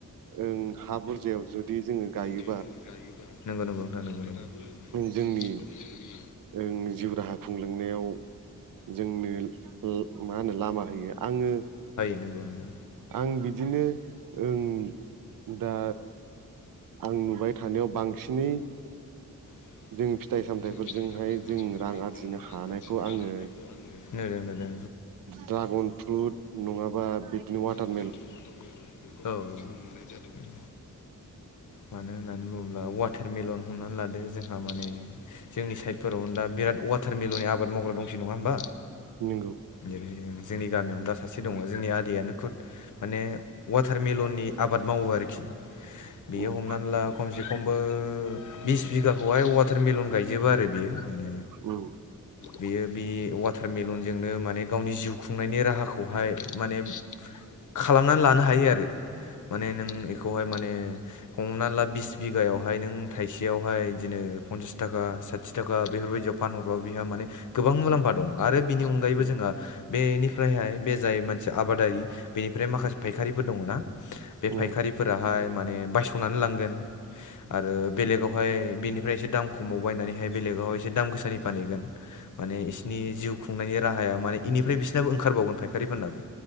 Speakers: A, on the right; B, on the left.
A: ओं हा बुरजायाव जुदि जोङो गायो
B: <unintelligible> नंगौ नंगौ नोंथां नंगौ <unintelligible>
A: जोंनि ओं जिउ राहा खुंलांनायाव जोंनो ओ मा होनो लामा होयो आङो
B: नंगौ नंगौ
A: आं बिदिनो ओं दा आं नुबाय थानायाव बांसिनै
B: <unintelligible>
A: जों फिथाइ सामथाइफोरजोंहाय जों रां आरजिनो हानायखौ आङो ड्रागन फ्रुट नङाबा बिदिनो वाटार
B: <unintelligible> औ मोननाय जादोंमोन मानो होननानै बुङोब्ला वाटारमेलन हमनानै लादो जोंहा माने जोंनि साइडफोरावनो दा बिराद वाटार मिलननि आबाद मावग्रा दंसै नङा होनबा?
A: नंगौ
B: जेरै जोंनि गामियावनो दा सासे दङ जोंनि आदैयानो खुद माने वाटारमेलननि आबाद मावो आरोखि बेयो
A: उम
B: हमनानै ला खमसे खमबो बिस बिगाखौहाय वाटारमेलन गायजोबो आरो बियो माने
A: उम
B: बेयो बे वाटारमेलनजोंनो माने गावनि जिउ खुंनायनि राहाखौ खौहाय माने खालामनानै लानो हायो आरो माने नों इखौहाय माने हमना ला बिस बिगायावहाय नों थाइसेयावहाय इदिनो फनसास थाखा साथि थाखा बेफोरबायदियाव फानहरबा बिहा माने गोबां मलामफा दं आरो बिनि अनगायैबो
A: उम
B: जोंहा बेनिफ्रायहाय बे जाय मोनसे आबादारि बेनिफ्राय माखासे फायखारिफोर दङ ना बे
A: उम
B: फायखारिफोराहाय माने बायसनानै लांगोन आरो बेलेगावहाय बेनिफ्राय एसे दाम खमाव बायनानैहाय बेलेगावहाय एसे दाम गोसानि फानहैगोन माने इसनि जिउ खुंनायनि राहाया माने इनिफ्राय बिसोरनाबो ओंखारबावगोन फायखारिफोरनाबो